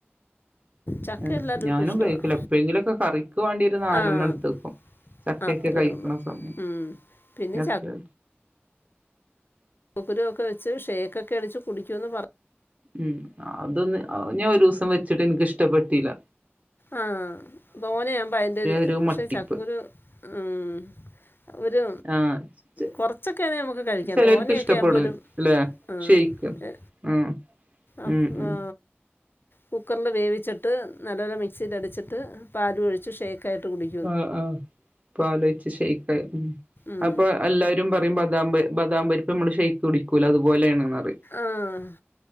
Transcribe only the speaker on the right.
അ
ഞാനുപയോക്കുല
എപ്പഴെങ്കിലൊക്ക കറിക്ക് വേണ്ടിണ്ട് നാലെണ്ണടുത്ത്
വെക്കും ചക്കയെക്ക
കയ്ക്കണ
സമയം
എത്രെ
ഉം അതൊന്ന് അത് ഞാ ഒരോസം വെച്ചട്ട് എനിക്ക് ഇഷ്ടപ്പെട്ടീല്ല
ഒരു
മട്ടിപ്പ്
ആഹ്
ചിലർക്ക്
ഇഷ്ടപ്പെടും
അല്ലെ
ഷെയ്ക്ക്
ഉം
ഉം
ഉം
ആഹ് അഹ് പാലോയ്ച്ച്‌ ഷേക്കായ് ഉ
അപ്പ എല്ലാരും പറെം ബദാംമ്പ് ബദാം പരിപ്പമ്മള് ഷേയ്ക്ക് കുടിക്കൂലെ അതുപോലെയാണെന്ന് പറെം